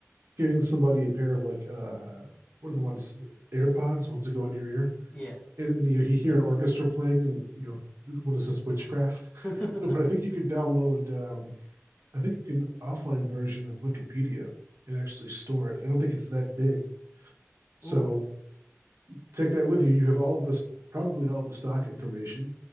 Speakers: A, on the right; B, on the left.
A: giving somebody a pair of like uh, what are the ones AirPods, ones that go in your ear,
B: Yeah.
A: and, and you, you hear an orchestra playing, and you know what is this witchcraft? <laughs>
B: <laughs>
A: No, but I think you could download um, I think you can offline version of Wikipedia and actually store it. I don't think it's that big. So
B: Ooh.
A: take that with you. You have all of this, probably all of the stock information.